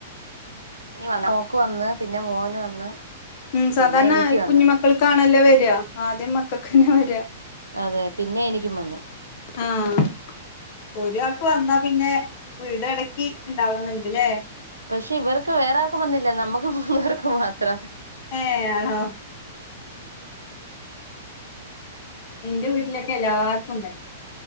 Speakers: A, on the right (about 90°); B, on the left (about 50°).
A: പനി മോൾക്ക് വന്ന് പിന്നെ മോന് വന്ന്
B: ഉം സാധാരണ
A: പിന്നെ എനിക്ക് വന്ന്
B: കുഞ്ഞു മക്കൾക്കാണല്ലേ വര ആദ്യം മക്കൾക്കന്നെ വര
A: അതെ പിന്നെ എനിക്കും വന്ന്
B: ആഹ്‌ ഒരാൾക്ക് വന്നാ പിന്നെ വീട് അടക്കി ഉണ്ടാവുന്നുണ്ട്ല്ലേ
A: പക്ഷെ ഇവർക്ക് വേറെർക്കും വന്നില്ല നമ്മുക്ക് പിള്ളേർക്ക് മാത്രം
B: ഏ ആണോ ഇന്റെ വീട്ടിലൊക്കെ എല്ലാർക്കും ഉണ്ടായിരുന്നു